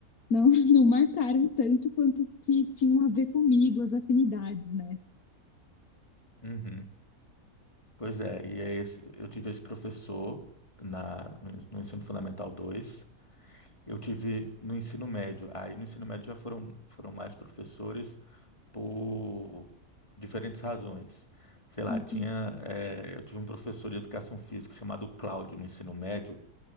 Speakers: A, on the left; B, on the left.
A: não, <laughs> não marcaram tanto quanto que tinham a ver comigo, as afinidades, né?
B: Uhum. Pois é, e é esse- eu tive esse professor na, no no Ensino Fundamental 2. Eu tive no ensino médio. Aí no ensino médio já foram, foram mais professores por diferentes razões. Sei lá,
A: Uhum.
B: tinha, eh, eu tive um professor de educação física chamado Cláudio no ensino médio,